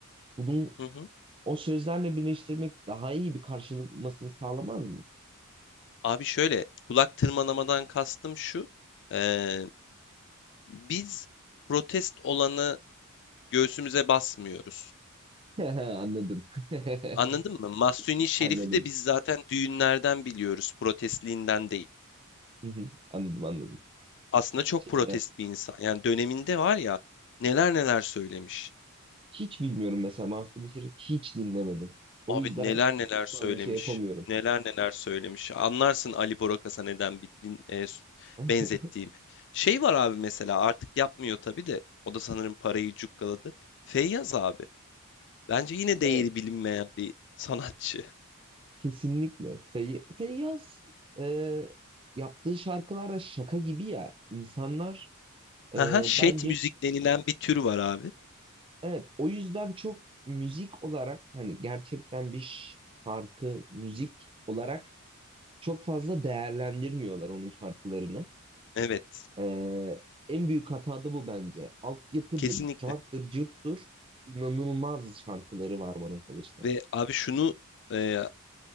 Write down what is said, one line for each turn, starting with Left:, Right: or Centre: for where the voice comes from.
Right: bunun
Left: Hı hı.
Right: o sözlerle birleştirmek daha iyi bir karşılık bulmasını sağlamaz mı?
Left: Abi şöyle, kulak tırmalamadan kastım şu. eee, biz protest olanı göğsümüze basmıyoruz.
Right: <laughs> Anladım. <laughs>
Left: Anladın mı? Mahsuni Şerif'i
Right: Anladım.
Left: de biz zaten düğünlerden biliyoruz, protestliğinden değil.
Right: Hı hı, Anladım, anladım.
Left: Aslında çok
Right: Şeyler.
Left: protest bir insan. Yani döneminde var ya neler neler söylemiş.
Right: Hiç bilmiyorum mesela Master Şerif hiç dinlemedim. O
Left: Abi
Right: yüzden
Left: neler neler
Right: çok
Left: söylemiş.
Right: fazla şey yapamıyorum.
Left: Neler neler söylemiş. Anlarsın Ali Borokas'a neden bir din- e, s-
Right: <laughs>
Left: benzettiğimi. Şey var abi mesela artık yapmıyor tabii de o da sanırım parayı cukkaladı. Feyyaz abi. Bence yine değeri
Right: Evet,
Left: bilinmeyen bir sanatçı.
Right: kesinlikle. Fey- Feyyaz e, yaptığı şarkılar da şaka gibi ya. İnsanlar e,
Left: Haha, Şet
Right: bence
Left: müzik denilen bir tür var abi.
Right: evet o yüzden çok müzik olarak hani gerçekten bir şarkı müzik olarak çok fazla değerlendirmiyorlar onun şarkılarını.
Left: Evet.
Right: Ee, en büyük hata da bu bence. Altyapıdır,
Left: Kesinlikle.
Right: carttır, cırttır. İnanılmaz şarkıları var bana kalırsa.
Left: Ve abi şunu e,